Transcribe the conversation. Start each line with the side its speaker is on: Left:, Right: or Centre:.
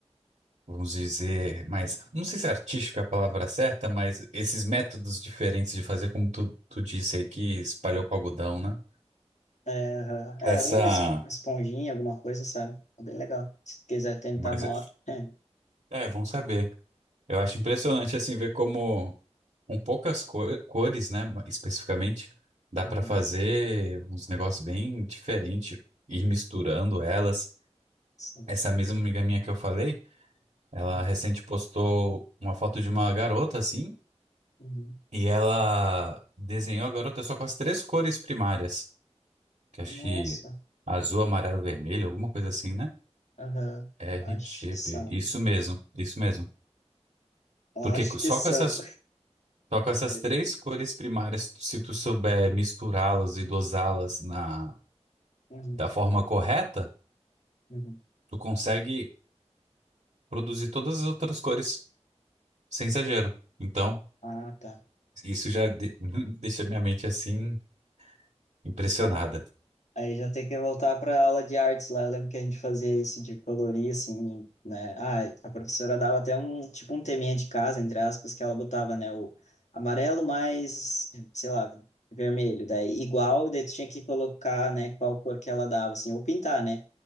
Right: vamos dizer, mais, não sei se artístico é a palavra certa, mas esses métodos diferentes de fazer, como tu, tu disse aí, que espalhou com algodão, né?
Left: É, aham. é
Right: Essa.
Left: uma, es- uma esponjinha, alguma coisa, sabe? É bem legal. Se quiser tentar
Right: Mas
Left: uma
Right: é,
Left: hora. É.
Right: é bom saber. Eu acho impressionante, assim, ver como. Com poucas co- cores, né? Especificamente, dá
Left: Uhum.
Right: pra fazer uns negócios bem diferentes, ir misturando elas.
Left: Sim.
Right: Essa mesma amiga minha que eu falei, ela
Left: Uhum.
Right: recente postou uma foto de uma garota assim,
Left: Uhum.
Right: e ela desenhou a garota só com as três cores primárias, que acho
Left: Nossa.
Right: que azul, amarelo, vermelho, alguma coisa assim, né?
Left: Aham.
Right: R,
Left: Acho
Right: G,
Left: que são.
Right: P. Isso mesmo, isso mesmo.
Left: Acho
Right: Porque co-
Left: que
Right: só
Left: são.
Right: com essas só com essas
Left: <laughs>
Right: três cores primárias, se tu souber misturá-las e dosá-las na
Left: Uhum.
Right: da forma correta,
Left: Uhum.
Right: tu consegue produzir todas as outras cores, sem exagero. Então,
Left: Ah, tá.
Right: isso já de- <laughs> deixa minha mente assim impressionada.
Left: É. Aí já tem que voltar para aula de artes lá. Eu lembro que a gente fazia isso de colorir, assim, né? Ah, a professora dava até um, tipo, um teminha de casa, entre aspas, que ela botava, né? O amarelo mais, sei lá, vermelho. Daí igual, daí tu tinha que colocar, né? Qual cor que ela dava, assim, ou pintar, né?